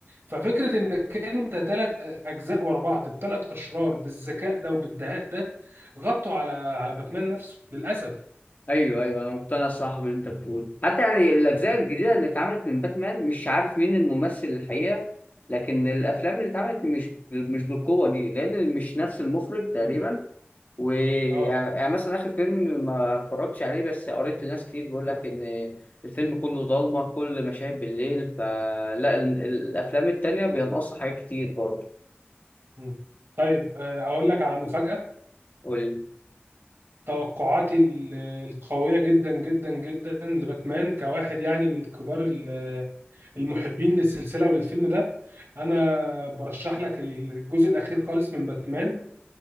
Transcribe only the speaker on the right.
ففكره انك انت ثلاث اجزاء ورا بعض بثلاث اشرار بالذكاء ده وبالدهاء ده غطوا على على باتمان نفسه للاسف
مم.
اه
مم. طيب آه، اقول لك على مفاجأة
توقعاتي ال- القوية جدا جدا جدا لباتمان كواحد يعني من كبار ال- المحبين للسلسلة وللفيلم ده انا برشح لك الجزء الاخير خالص من باتمان